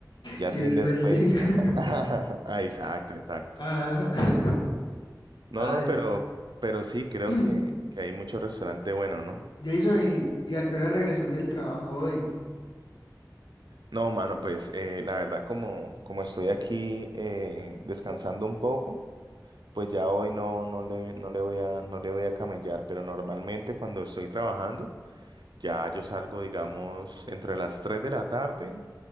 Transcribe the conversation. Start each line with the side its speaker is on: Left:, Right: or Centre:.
Right: ya
Left: Y
Right: tin
Left: es
Right: después.
Left: festín.
Right: <laughs>
Left: <laughs>
Right: Ah, Exacto, exacto.
Left: Ah, <laughs>
Right: No, no,
Left: ah,
Right: pero, pero sí, creo
Left: <clears throat>
Right: que, que hay mucho restaurante bueno, ¿no?
Left: Jason, ¿y, y a qué hora regresas del trabajo hoy?
Right: No, mano, pues eh, la verdad, como, como estoy aquí eh, descansando un poco, pues ya hoy no, no le, no le voy a, no le voy a camellar, pero normalmente cuando estoy trabajando, ya yo salgo, digamos, entre las 3 de la tarde.